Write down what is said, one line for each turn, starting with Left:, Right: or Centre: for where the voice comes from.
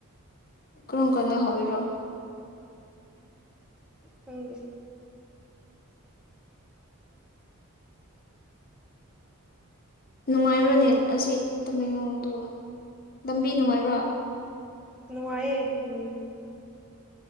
Left: ꯀꯔꯝ ꯀꯟꯗꯥ ꯍꯧꯋꯔꯤꯅꯣ
Centre: ꯈꯪꯗꯦ
Left: ꯅꯨꯡꯉꯥꯏꯕ꯭ꯔꯅꯦ ꯑꯁꯤ ꯇꯃꯦꯡ ꯂꯣꯝꯗꯨ ꯂꯝꯕꯤ ꯅꯨꯡꯉꯥꯏꯕ꯭ꯔꯥ
Centre: ꯅꯨꯡꯉꯥꯏꯌꯦ ꯎꯝ